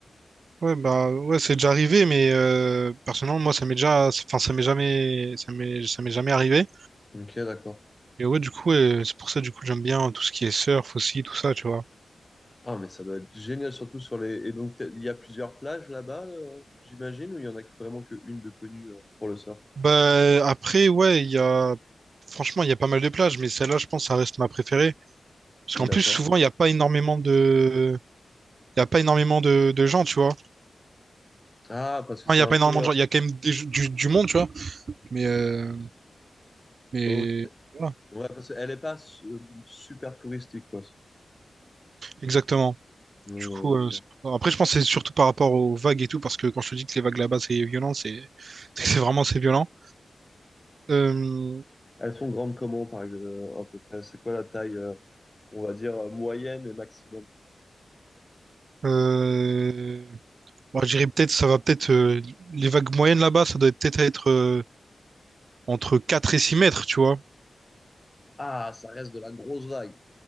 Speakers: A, on the right; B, on the left.
A: Ouais, bah, ouais, c'est déjà arrivé, mais euh, personnellement, moi, ça m'est déjà, enfin, ça m'est jamais, ça m'est, ça m'est jamais arrivé.
B: Ok, d'accord.
A: Et ouais, du coup, euh, c'est pour ça, du coup, j'aime bien tout ce qui est surf aussi, tout ça, tu vois.
B: Ah, mais ça doit être génial, surtout sur les. Et donc, t'as- il y a plusieurs plages là-bas, euh, j'imagine, ou il y en a que, vraiment qu'une de connue euh, pour le surf.
A: Bah, après, ouais, il y a, franchement, il y a pas mal de plages, mais celle-là, je pense, ça reste ma préférée. Parce
B: D'accord.
A: qu'en plus, souvent, il n'y a pas énormément de, il y a pas énormément de, de gens, tu vois.
B: Ah, parce que
A: Enfin,
B: c'est
A: il y
B: un
A: a pas
B: peu.
A: énormément de
B: euh,
A: gens, il y a quand même des- du, du monde, tu vois. Mais, euh, mais,
B: ok.
A: voilà,
B: Ouais, parce qu'elle n'est pas su- super touristique, quoi.
A: exactement.
B: Hmm,
A: Du coup,
B: Ok.
A: euh, c'est- après, je pense que c'est surtout par rapport aux vagues et tout, parce que quand je te dis que les vagues là-bas, c'est violent, c'est <laughs> c'est vraiment c'est violent. Euh,
B: Elles sont grandes comment, par exemple, à peu près? C'est quoi la taille, euh, on va dire, euh, moyenne et maximum?
A: euh, bon, je dirais peut-être, ça va peut-être, euh, les vagues moyennes là-bas, ça doit peut-être être, euh, entre 4 et 6 mètres, tu vois.
B: Ah, ça reste de la grosse vague.